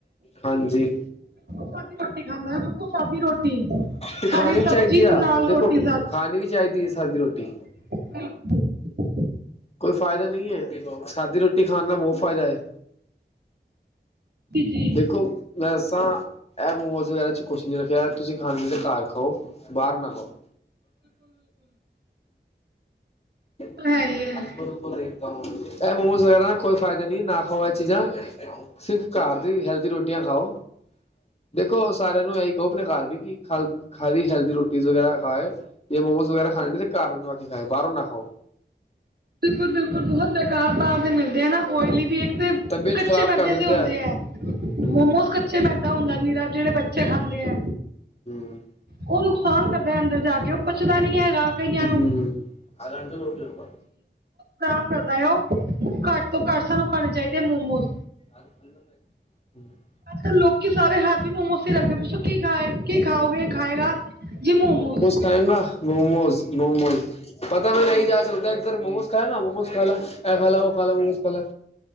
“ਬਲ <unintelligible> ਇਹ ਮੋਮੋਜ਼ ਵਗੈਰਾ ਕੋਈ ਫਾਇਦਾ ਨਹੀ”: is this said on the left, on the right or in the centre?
Left